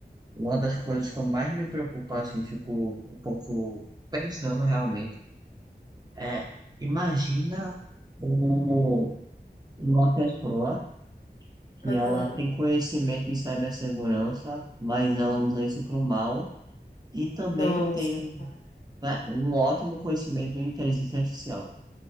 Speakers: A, on the right (about 25°); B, on the left (about 45°).
A: uma das coisas que eu mais me preocupo, assim, fico um pouco pensando realmente, é, imagina um- uma pessoa que
B: aham,
A: ela tem conhecimento em cibersegurança, mas ela usa isso para o mal. E também
B: nossa,
A: tem um
B: cara,
A: né, um ótimo conhecimento de inteligência artificial.